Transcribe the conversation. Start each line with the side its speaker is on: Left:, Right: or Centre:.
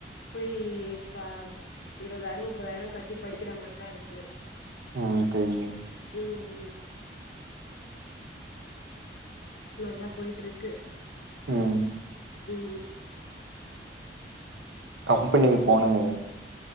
Left: போயி இப்பா இருபதாயிரோ முப்பதாயிரோ கட்டி படிக்கிற மார் தா இருக்கு
Right: ம் ஓகேங்க
Left: ம் ம் இது மார் தா போயிட்ருக்கு
Right: ம்
Left: ம்
Right: கம்பனிக்கு போனுங்க